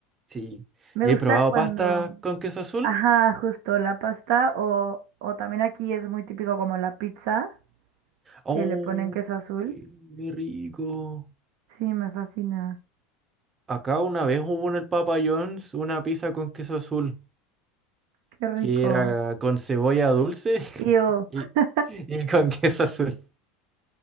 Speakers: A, on the right; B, on the right.
A: Sí.
B: Me
A: ¿Y
B: gusta
A: he probado
B: cuando,
A: pasta con queso azul?
B: ajá, justo la pasta o, o también aquí es muy típico como la pizza,
A: Oh,
B: que le ponen queso azul.
A: qué qué rico.
B: Sí, me fascina.
A: Acá una vez hubo en el Papa John's una pizza con queso azul,
B: Qué rico.
A: que era con cebolla dulce <laughs>
B: Ew.
A: y,
B: <laughs>
A: y con queso azul.